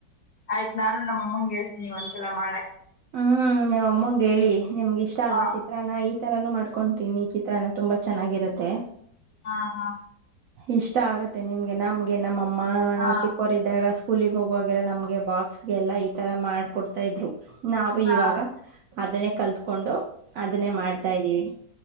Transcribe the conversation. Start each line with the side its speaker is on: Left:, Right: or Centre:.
Left: ಆಯ್ತ್ ನಾನು ನಮ್ಮಮ್ಮಂಗ ಹೇಳ್ತೀನಿ ಒಂದ್ಸಲ ಮಾಡಕ್ಕೆ
Right: ಹ್ಮ್ ನಮ್ ಅಮ್ಮಂಗ ಹೇಳಿ ನಿಮ್ಗ ಇಷ್ಟ ಅಲ್ವಾ
Left: ಹ
Right: ಚಿತ್ರಾನ ಈ ತರಾನ ಮಾಡ್ಕ ಕೊತೀನ್ನಿ ಚಿತ್ರಾನ ತುಂಬಾ ಚೆನ್ನಾಗಿರುತ್ತೆ
Left: ಹಾ ಹಾ
Right: ಇಷ್ಟ ಆಗತ್ತೆ ನಿಮ್ಗೆ ನಮ್ಗೆ ನಮ್ಮ
Left: ಹಾ
Right: ನಾವ್ ಚಿಕ್ಕೋರಿದ್ದಾಗ ಸ್ಕೂಲಿಗೆ ಹೋಗುವಾಗ ನಮ್ಗೆ ಬಾಕ್ಸ್ಗೆಲ್ಲಾ ಈ ತರ ಮಾಡ್ಕೊಡ್ತಾ ಇದ್ರು ನಾವು
Left: ಹಾ
Right: ಇವಾಗ ಅದನ್ನೇ ಕಲ್ತ್ಕೊಂಡು ಅದನ್ನೇ ಮಾಡ್ತಾ ಇದ್ದೀವಿ